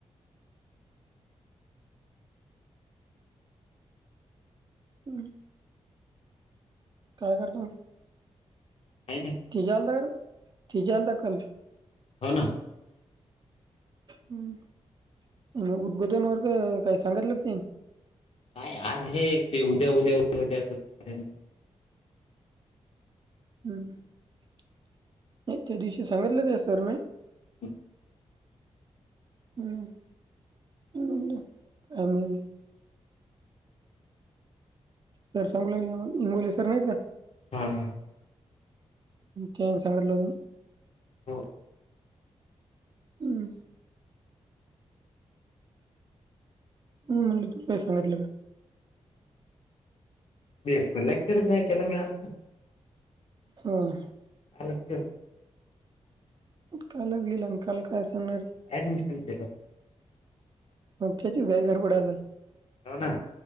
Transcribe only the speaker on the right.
हम्म. काय करताव?
तिज्या आलता का र तिज्या आलता का काल?
हम् उद्बोधन वर्ग काय सांगतलं का त्यानी
हम् नाही त्या दिवशी सांगितलं त्या सर ने
हम् हम् आ मग सर सांगू लागले, आम्हाला इंगोले सर नायी का?
तेन सांगतल होत
हम् म्हणून म्हटलं तू काय सांगितलं का?
होय
कालच गेला, आण काल काय सांगणारे?
मग त्याचीच घाई गडबड असल?